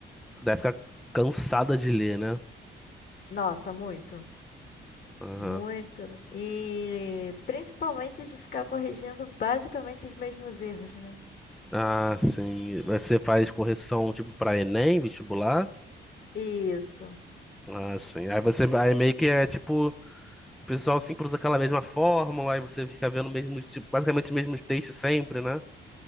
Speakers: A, in the centre; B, on the left (about 55°).
A: tu deve ficar cansada de ler, né?
B: Nossa, muito,
A: Aham.
B: muito. E principalmente de ficar corrigindo basicamente os mesmos erros, né?
A: Ah, sim. Você faz correção, tipo, pra Enem, vestibular?
B: Isso,
A: Ah, sim. Aí você, aí meio que é, tipo, o pessoal sempre usa aquela mesma fórmula, aí você fica vendo o mesmo, tipo, basicamente os mesmos textos sempre, né?